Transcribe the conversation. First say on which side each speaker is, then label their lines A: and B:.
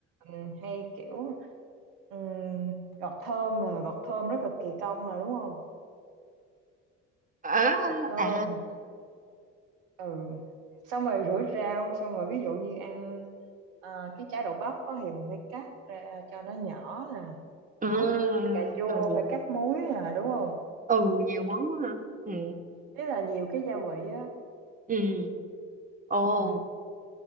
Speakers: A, on the right; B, on the right.
A: mình hay kiểu ừm, gọt thơm là gọt thơm rất là kỳ công là đúng không?
B: à
A: Gọt thơm
B: à
A: ừ xong rồi rửa rau xong rồi ví dụ như ăn ờ, cái trái đậu bắp á thì mình phải cắt ra cho nó nhỏ nè
B: ừ
A: đó cà chua
B: ừ
A: phải cắt múi nè đúng không?
B: ừ nhiều món quá hả ừ
A: Ý là nhiều cái gia vị á
B: ừ ồ
A: Ừ.